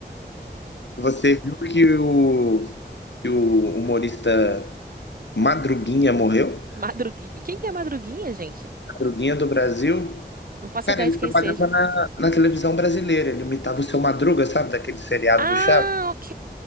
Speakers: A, on the left; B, on the right.
A: você viu que o, que o humorista Madruguinha morreu?
B: <laughs> Madruguinha? Quem que é Madruguinha, gente?
A: Madruguinha do Brasil
B: Não faço
A: Cara,
B: ideia
A: ele
B: de
A: trabalhava
B: quem seja.
A: na, na televisão brasileira, ele imitava o Seu Madruga, sabe, daquele seriado
B: Ah,
A: do Chaves?
B: ok.